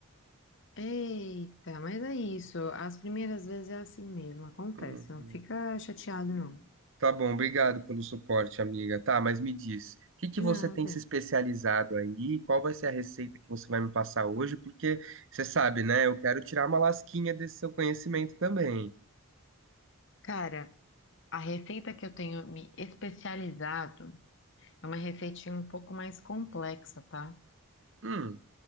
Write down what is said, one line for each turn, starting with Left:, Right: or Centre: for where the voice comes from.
Left: Eita, mas é isso. As primeiras vezes é assim mesmo, acontece.
Right: Uhum.
Left: Não fica chateado, não.
Right: Tá bom, obrigado pelo suporte, amiga. Tá, mas me diz, o que que
Left: De
Right: você
Left: nada.
Right: tem se especializado aí? Qual vai ser a receita que você vai me passar hoje? Porque você sabe, né? Eu quero tirar uma lasquinha desse seu conhecimento também.
Left: Cara, a receita que eu tenho me especializado é uma receitinha um pouco mais complexa, tá?
Right: Hum,